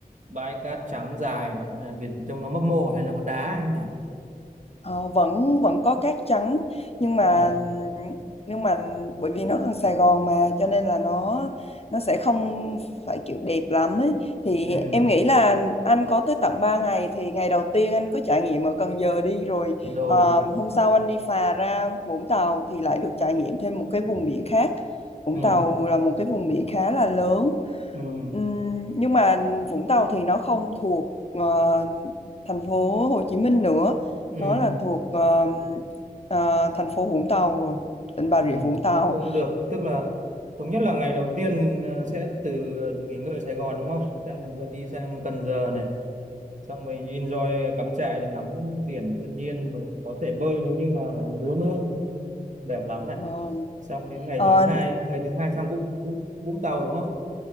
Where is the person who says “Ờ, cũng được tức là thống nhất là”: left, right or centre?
Right